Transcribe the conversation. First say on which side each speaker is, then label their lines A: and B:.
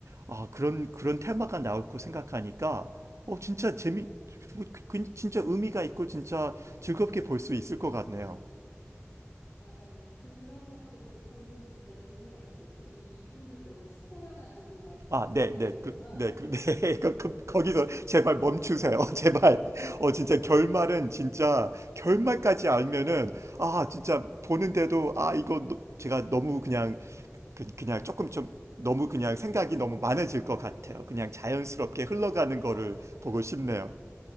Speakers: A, on the right; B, on the left.
A: 아 그런 그런 테마가 나올 거 생각하니까 어 진짜 재미 뭐 그- 그 진짜 의미가 있고 진짜 즐겁게 볼 수 있을 것 같네요.
B: 맞아요. 그런 것들을 보는 진짜 재미가 있어요. 그 이 이후는 너무 스포여가지고 말씀은
A: 아,
B: 못
A: 네,
B: 드리겠지만.
A: 네, 그, 네,
B: <laughs>
A: 그, 네. <laughs> 그, 그, 거기서 제발 멈추세요. <laughs>
B: 네.
A: 제발. 어, 진짜 결말은 진짜 결말까지 알면은
B: 네.
A: 아, 진짜 보는데도 아, 이거 너- 제가 너무 그냥 그, 그냥 조금 좀 너무 그냥 생각이 너무 많아질 것 같아요. 그냥 자연스럽게
B: 네.
A: 흘러가는 거를 보고 싶네요.